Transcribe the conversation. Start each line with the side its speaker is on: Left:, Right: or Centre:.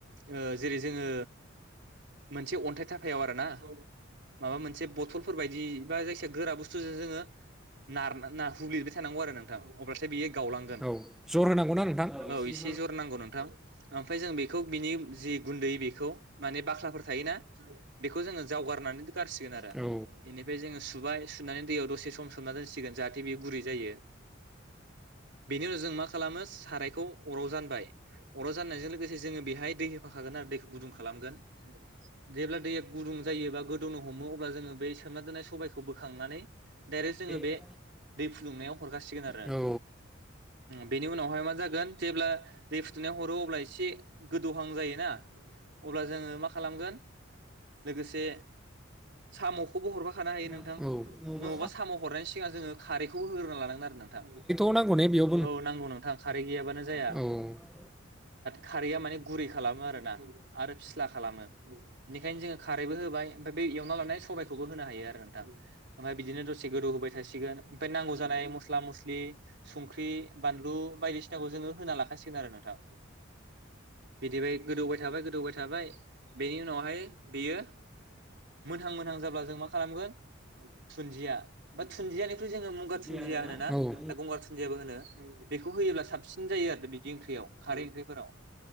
Right: ओ जेरै जोंङो मोनसे अन्थाइ थाफायाव आरो ना माबा मोनसे बथलफोर बायदि बा जायखिजया गोरा बुस थुजों जोङो नार-नारख्रबलिबाय थानांगौ आरो नोंथां अब्लाथाय बियो गावलायो
Centre: औ एसे
Right: औ एसे ज नांगौ नोंथां आमफ्राय जों बेखौ बिनि जि गुन्दै बेखौ माने बाख्लाफोर थायोना बेखौ जोंङो जावगारनानै गारसिगोन आरो
Centre: बेनिफ्राय जोङो
Right: बेनिफ्राय जोंङो सुबाय सोमनानै दैयाव दसे सम सोमना दोनसिगोन जाहाथे बेयो गुरै जायो। बेनि उनाव जों मा खालामो सारायखौ अराव जानबाय अराव जानायजों लोगोसे जोंङो बेहाय दै होफाखागोन आरो दैखौ गुदुं खालामगोन। जेब्ला दैया गुदुं जायोबा गोदौनो हमो अब्ला जोंङो बै सोमना दोननाय सबायखौबो खांनानै डायरेक्ट जोंङो बे
Centre: दै
Right: दै फुदुंनायाव हरखासिगोन आरो
Centre: फुदुंनाया हरो
Right: बेनि उनावहाय मा जागोन जेब्ला दै फुदुनायनानै हरो अब्ला एसे गोदौहां जायोना अब्ला जोंङो मा खालामगोन लोगोसे सामखौबो हरफा खानो हायो नोंथां।
Centre: नङाबा
Right: नुबा साम हरनायनि सिगां जोंङो खारैखौबो होग्रोना लानांगोन आरो नोंथां
Centre: औ नंगौ नोंथां
Right: औ नांगौ नोंथां खारै गैयाबानो जाया।
Centre: जाहाथे
Right: खारैआ माने गुरै खालामो आरोना आरो फिस्ला खालामो बेनिखायनो जोंङो खारैबो होबाय ओमफ्राय बे एवना लानाय सबबायखौबो होनो हायो आरो नोंथां ओमफाय बिदिनो दसे गोदौ होबाय थासिगोन ओमफाय नांगौ जानाय मस्ला मस्लि संख्रि बानलु बायदिसिनाखौ जोंङो होना लाखासि सिगोन आरो नोंथां बिदिबाय गोदौबाय थाबाय गोदौबाय थाबाय बेनि उनावहाय बेयो मोनहां मोनहां जाब्ला जों मा खालामगोन थुन्दिया बा थुन्दियानिख्रुइ जोंङो मगा थुन्दिया
Centre: होनोना
Right: होनो ना गंगार थुन्दियाबो होनो बेखौ होयोब्ला साबसिन जायो आरो बे बि ओंख्रियाव खारै ओंख्रिफोराव